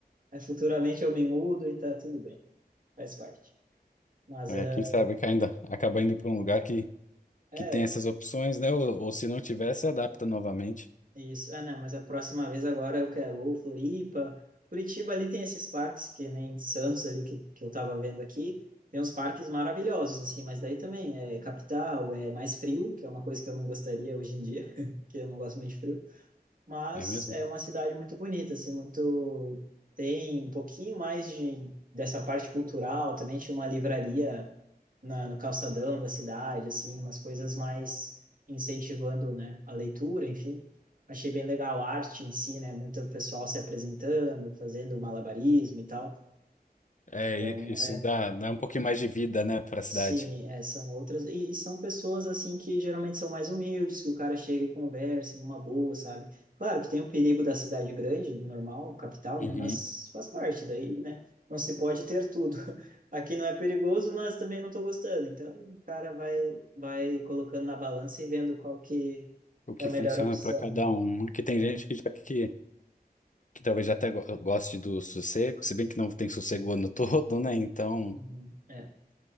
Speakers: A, on the right; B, on the left.
A: Aí futuramente eu me mudo e tá tudo bem, faz parte. Mas
B: É,
A: eh,
B: quem sabe que ainda acaba indo para um lugar que,
A: é,
B: que tem essas opções, né? Ou, ou se não tiver, se adapta novamente.
A: Isso. Ah, não, mas a próxima vez agora eu quero ou Floripa. Curitiba ali tem esses parques, que nem Santos ali que, que eu tava vendo aqui. Tem uns parques maravilhosos, assim, mas daí também é capital, é mais frio, que é uma coisa que eu não gostaria hoje em dia, <laughs> que eu não gosto muito de frio mas
B: É mesmo?
A: é uma cidade muito bonita, assim, muito tem um pouquinho mais de dessa parte cultural, também tinha uma livraria na, no calçadão da cidade, assim, umas coisas mais incentivando, né, a leitura, enfim. Achei bem legal a arte em si, né, muito pessoal se apresentando, fazendo malabarismo e tal.
B: É,
A: Então,
B: e- isso dá, dá um pouquinho mais de vida, né, para a cidade.
A: Sim, é, são outras. E, e são pessoas, assim, que geralmente são mais humildes, que o cara chega e conversa numa boa, sabe? Claro que tem o perigo da cidade grande, normal, capital,
B: Uhum.
A: né? Mas faz parte daí, né? Não se pode ter tudo. <laughs> Aqui não é perigoso, mas também não tô gostando. Então, o cara vai, vai colocando na balança e vendo qual que
B: O
A: é
B: que
A: a melhor
B: funciona
A: opção,
B: para cada
A: né?
B: um. Porque tem
A: É.
B: gente que, já, que, que talvez já até go- goste do sossego, se bem que não tem sossego o ano <laughs> todo, né? Então,
A: Uhum. É.